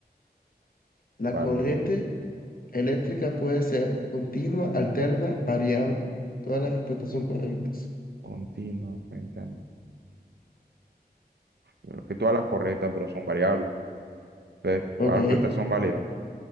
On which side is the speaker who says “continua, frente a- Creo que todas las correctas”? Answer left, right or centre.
Right